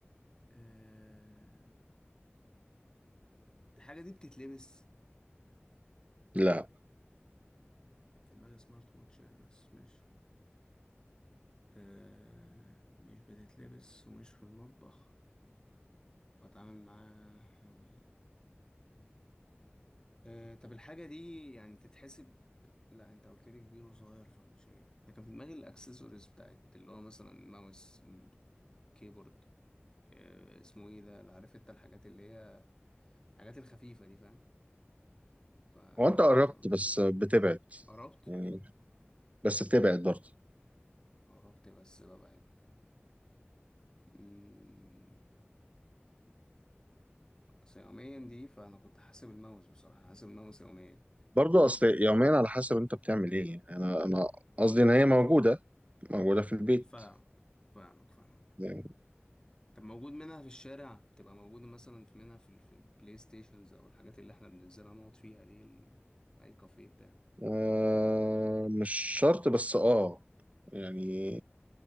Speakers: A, on the left (about 20°); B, on the right (about 35°).
A: أه... الحاجة دي بتتلبس؟
B: لا
A: كان في دماغي سمارت ووتش يعني بس ماشي آه مش بتتلبس ومش في المطبخ واتعامل معاه يوميا آه طب الحاجة دي يعني تتحسب لا انت قلت لي كبير وصغير فمش هي ده كان في دماغي الاكسسوارز بتاعت اللي هو مثلا ماوس كيبورد آه اسمه ايه ده اللي عارف انت الحاجات اللي هي الحاجات الخفيفة دي فاهم فلا
B: هو انت قربت
A: انت قلت
B: بس
A: لي كبير
B: بتبعد
A: قربت
B: يعني بس بتبعد برضه
A: قربت بس ببعد مم، بس يوميا دي فانا كنت حاسب الماوس بصراحة حاسب الماوس يوميا
B: برضه اصل يوميا على حسب انت بتعمل ايه يعني انا انا قصدي ان هي موجوده موجوده في البيت
A: فاهمك فاهمك فاهمك
B: يعني
A: طب موجود منها في الشارع تبقى موجودة مثلا في- منها في ال- في البلاي ستيشنز او الحاجات اللي احنا بننزلها نقعد فيها دي ال... اي كافيه بتاع
B: آه مش شرط بس اه يعني